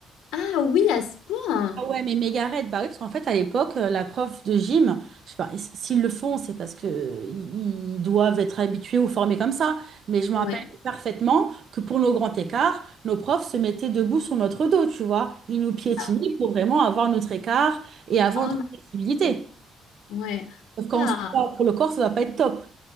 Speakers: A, on the left; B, on the right.
A: Ah oui, à ce point.
B: Ah ouais, mais Megared, bah oui, parce qu'en fait, à l'époque, euh, la prof de gym, je sais pas, s- s'ils le font, c'est parce que euh, ils ils doivent être habitués ou formés comme ça. Mais je me
A: Ouais.
B: rappelle parfaitement que pour nos grands écarts, nos profs se mettaient debout sur notre dos, tu vois. Ils nous piétinaient
A: Ah,
B: pour vraiment avoir notre écart et avoir
A: ah,
B: notre
A: ma-
B: flexibilité.
A: ouais.
B: Sauf quand
A: Ah.
B: on se bat pour le corps, ça ne va pas être top.